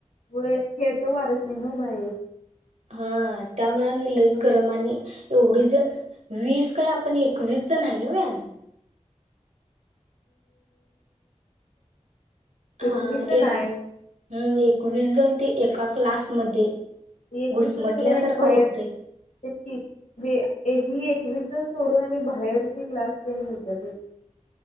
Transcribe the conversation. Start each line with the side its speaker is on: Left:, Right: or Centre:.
Left: व्हय खेळतं वारच नाही नव्ह बाहेर.
Right: हा त्यामुळे आणि लईच गरम आणि एवढी जण वीस काय आपण एकवीस जण हाय नव्हे? हा
Left: एकवीच
Right: एक
Left: नाय
Right: हम् एकवीस जण ते एका क्लासमध्ये.
Left: ते एकवीसच
Right: घुसमटल्यासारखं
Left: सोडून आणि बाहेर
Right: होतंय.
Left: <inaudible> तेच की बी एकवीस इतर सोडून आणि बाहेरची क्लासची आणि येतातच. <inaudible>